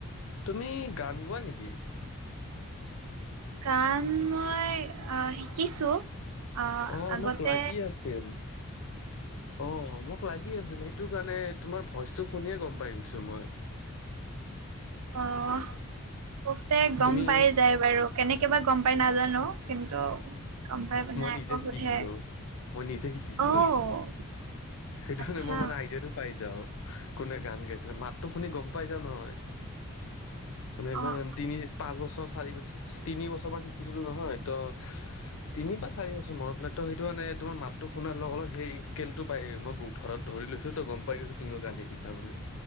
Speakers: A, on the left (about 60°); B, on the right (about 80°).
A: তুমি গান গোৱা নিকি?
B: গান মই আ শিকিছো। আ,
A: অ'
B: আগতে
A: মোক লাগি আছিল। অ', মোক লাগি আছিল সেইটো কাৰণে তোমাৰ ভইচটো শুনিয়ে গম পাই গৈছো মই।
B: অ', বহুতে গম
A: তুমি
B: পাই যায়‌‌। বাৰু কেনেকে বা গম পাই নাজানো, কিন্তু গম পাই পিনে
A: মই নিজে
B: আকৌ
A: শিকিছিলোঁ,
B: সোধে
A: মই নিজে শিকিছিলোঁ।
B: অ'
A: সেইটো
B: আচ্ছা
A: কাৰণে মই মানে আইডিয়াটো পাই যাও, কোনে গান গাইছে মাতটো শুনি গম পাই যাও নহয়। মানে ইমান
B: অ'
A: তিনি পাঁচ বছৰ চাৰি বছৰ তিনি বছৰমান শিকিছিলোঁ নহয় ত' তিনি বা চাৰি বছৰ মনত নাই ত' সেইটো মানে তোমাৰ মাতটো শুনাৰ লগা লগ অলপ সেই স্কেলটো পাই মই <unintelligible> ধৰি লৈছোঁ ত' গম পাই গৈছো তুমিয়ো মোক গান শিকিছা বুলি।